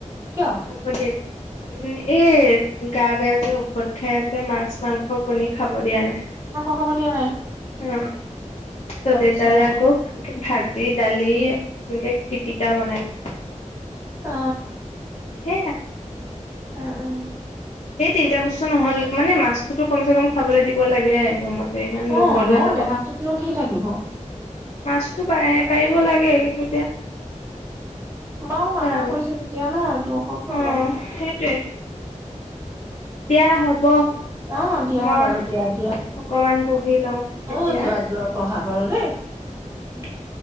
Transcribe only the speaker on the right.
কিয়
ভ
আচ্ছা
অ
উম উম
অ', ন
দেহাটোতনো কি থাকিব?
বাও মানা
কৰিছে, তেতিয়া নাই। এইটোৰ
অলপ
অ, দিয়া
বাৰু দিয়া, দিয়া
অ যোৱা, যোৱা পঢ়া বাৰু দেই। উ।